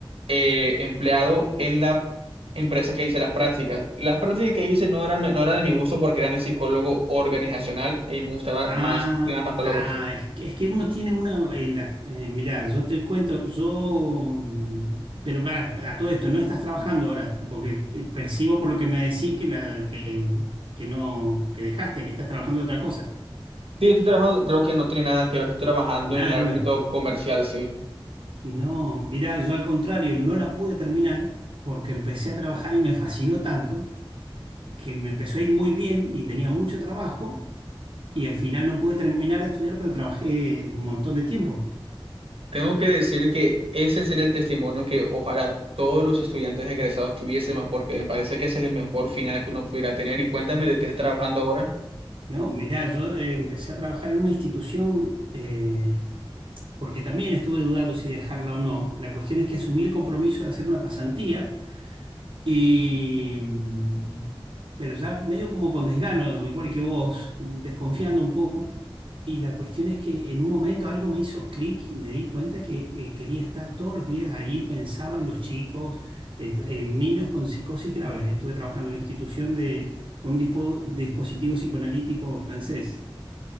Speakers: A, on the right; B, on the right.
A: eh, empleado en la empresa que hice las prácticas. Las prácticas que hice no eran, no eran de mi gusto porque eran de psicólogo organizacional y me gustaba
B: Ah,
A: más de más patólogos.
B: ah, es que, es que uno tiene una en la, eh, mirá, yo te cuento, yo, mm, pero para a todo esto, no estás trabajando ahora, porque eh, percibo por lo que me decís que la, que, que no, que dejaste, que estás trabajando de otra cosa.
A: Sí, estoy trabajando, creo que no tiene nada que ver, estoy trabajando
B: Nada
A: en el ámbito
B: que ver.
A: comercial, sí.
B: No, mirá, yo al contrario, no la pude terminar porque empecé a trabajar y me fascinó tanto que me empezó a ir muy bien y tenía mucho trabajo Y al final no pude terminar de estudiar, pero trabajé un montón de tiempo,
A: Tengo que decir que ese sería el testimonio que ojalá todos los estudiantes egresados tuviésemos, porque me parece que ese es el mejor final que uno pudiera tener. Y cuéntame de qué estás trabajando ahora.
B: ¿no? Mirá, yo eh, empecé a trabajar en una institución eh, porque también estuve dudando si dejarla o no. La cuestión es que asumí el compromiso de hacer una pasantía Y, mm, pero ya medio como con desgano, igual que vos, desconfiando un poco. Y la cuestión es que en un momento algo me hizo clic y me di cuenta que eh, quería estar todos los días ahí, pensaba en los chicos, eh, tra- en niños con psicosis graves. Estuve trabajando en una institución de, con un dispo- dispositivo psicoanalítico francés.